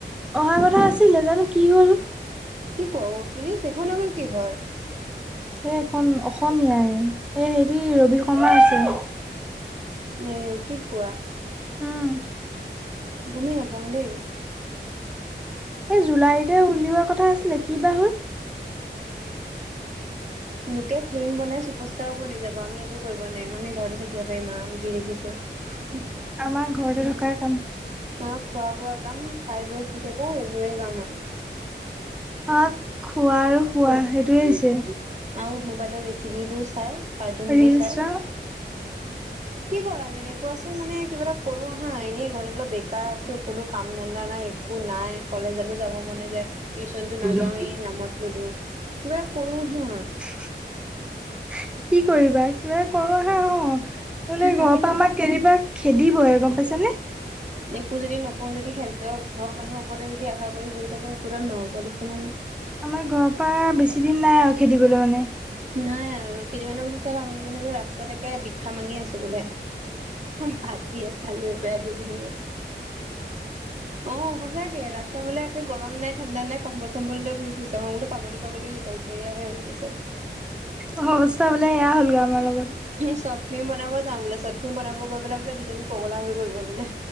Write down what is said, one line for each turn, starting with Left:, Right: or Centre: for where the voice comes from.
Centre: অহা কথা আছিলে জানো কি হ'ল
Right: কি কও ঐ পুলিচ এইখন আকৌ কিহৰ
Centre: এই এখন অসমীয়াৰে এ হেৰি ৰবি শৰ্মা আছিল
Right: এই কি কোৱা
Centre: উম
Right: গমেই নাপাওঁ দেই
Centre: এই জুলাইতে উলিওৱা কথা আছিলে কিবা হ'ল
Right: লোকে ফ্লিম বনাই ছুপাৰষ্টাৰৰ বনি যাব আমি একো কৰিব নোৱাৰিম আমি ঘৰতে থাকিব পাৰিম আও যি দেখিছোঁ <inaudible>
Centre: আমাৰ ঘৰতে থকাই কাম
Right: আমাৰ খোৱা বোৱা কাম খাই বৈ শুই থকা এইবোৰে কাম আও
Centre: অ খোৱা আৰু শুৱা সেইটোৱেই হৈছে
Right: আও মোবাইলত ৰেচিপিবোৰ চাই কাৰ্টুনবোৰ
Centre: ৰিলচ
Right: চাই
Centre: চোৱা
Right: কি কৰানো এনেই কোৱাচোন মানে কিবা এটা কৰো আহা এনেই ঘৰত অলপ বেকাৰ আছো কোনো কাম ধান্দা নাই একো নাই কলেজতো যাব মনে নেযায় টিউচনটো নাযাওৱেই
Centre: অ
Right: নামত ললো কিবা কৰো হ
Centre: কি কৰিবা কিবা কৰো আহা অহ বোলে এই
Right: থাকে
Centre: ঘৰৰ পৰা
Right: দেখোন
Centre: আমাক কেতিয়িবা খেদিবহে গম পাইছা নে?
Right: একো যদি নকওঁ যদি হেতৰ ঘৰৰ মানুহৰ ওপৰতে যদি আশা কৰি বহি থাকো একোডাল নহ'ব দেখো না নে
Centre: আমাৰ ঘৰৰ পৰা বেছি দিন নাই আৰু খেদিবলৈ মানে
Right: নাই আৰু কেইদিনমানৰ পাছত চাবা আমি দুজনী বোলো ৰাস্তাত একে বিখ্যা মাঙি আছো বোলে বাটি এটা লৈ পেলাই দুজনীয়ে
Centre: <inaudible>
Right: অঁ, সঁচাকে ৰাস্তা বোলে একে গৰম নাই ঠাণ্ডা নাই কম্বল চম্বৰলৈ ঘুৰি ফুৰিছে মই বোলো পাগলী পাগলী জোকাইছো। সয়াহে অ পিছত।
Centre: অ অৱস্থা বোলে সেয়া হ'ল গৈ আমাৰ লগত।
Right: চৰ্ট ফিল্ম বনাব যাওঁ বোলে চৰ্ট ফিল্ম বনাবলে বোলে দুজনী পগলা হৈ কৰিব বোলে।